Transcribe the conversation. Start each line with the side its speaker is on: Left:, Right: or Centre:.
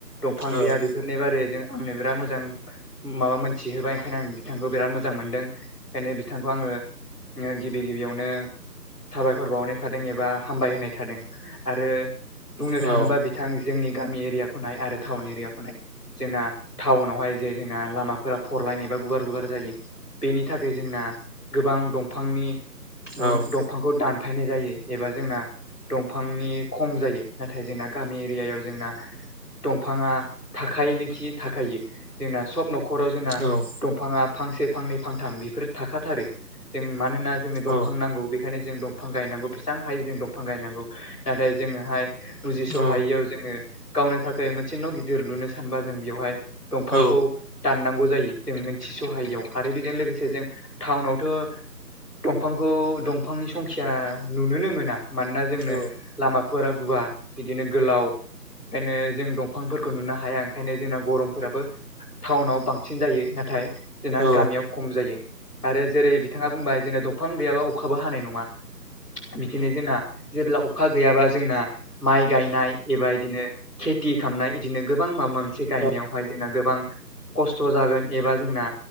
Left: दंफां
Right: औ
Left: गैया बेफोरनि बारैजों आंनो बिराद मोजां। माबा मोनथिहोबाय ओंखायनो आं बिथांखौ बिराद मोजां मोनदों ओंखायनो बिथांखौ आङो। गिबि गिबियावनो साबायखर बावनाय थादों एबा हामबाय होनाय थादों आरो बुंनो
Right: औ
Left: थाङोबा। थां जोंनि गामि एरियाखौ नाय आरो टाउन एरियाखौ नाय। जोंना टाउनावहाय जे जोंना लामाफोरा फरलायनायबा गुवार गुवार जायो। बेनि थाखाय जोंना गोबां दंफांनि
Right: औ
Left: दंफांखौ दानफायनाय जायो एबा जोंना दंफांनि खम जायो नाथाय जोंना गामि एरियायाव जोंना। दंफाङा थाखायोनोखि थाखायो जोंना सब नख नखराव जोंना
Right: औ
Left: दंफाङा फांसे फांनै फांथाम बेफोरो थाखाथारो जों मानोना। जोंनो दंफां
Right: औ
Left: नांगौ बेनिखायनो जों दंफां गायनांगौ बेसेां हायो जों दंफां गायनांगौ नाथाय जोङोहाय। बुजिस
Right: औ
Left: हायैयाव जोङो गावनो थाखाय मोनसे न गिदिर लुनो सानबा जों बेवहाय। दंफांखौ
Right: औ
Left: दाननांगौ जायो जों मोनथि सहायैयाव आरो बेजों लोगोसे जों टाउनावथ। दंफांखौ दंफांनि संखिया नुनोनो मोना। मानोना जोंनो
Right: औ
Left: लामाफोरा गुवार बिदिनो गोलाव। ओंखायनो जों दंफांफोरखौ नुनो हाया ओंखायनो जोंना गरमफोराबो। टाउनाव बांसिन जायो नाथाय जोंना
Right: औ
Left: गामियाव खम जायो आरो जेरै बि थाङा बुंबाय जेनना दंफां गैयाबा अखाबो हानाय नङा बिदिनो जोंना। जेब्ला अखा गैयाबा जोंना माइ गायनाय एबा इदिनो। खेथि खालामनाय बिदिनो गोबां माबा मोनसे
Right: औ
Left: गायनायावहाय जोंना गोबां। खस्थ जागोन एबा जोंना